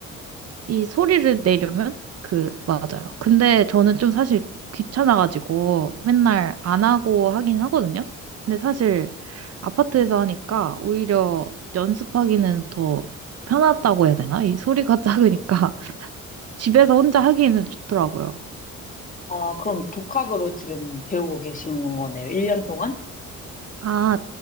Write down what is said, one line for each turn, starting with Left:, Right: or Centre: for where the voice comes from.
Right: 이 소리를 내려면 그 맞아요. 근데 저는 좀 사실 귀찮아가지고 맨날 안 하고 하긴 하거든요. 근데 사실 아파트에서 하니까 오히려 연습하기는 더 편하다고 해야 되나? 이 소리가 작으니까 <laughs> 집에서 혼자 하기에는 좋더라고요.
Left: 아, 그럼 독학으로 지금 배우고 계신 거네요. 1년 동안?
Right: 아,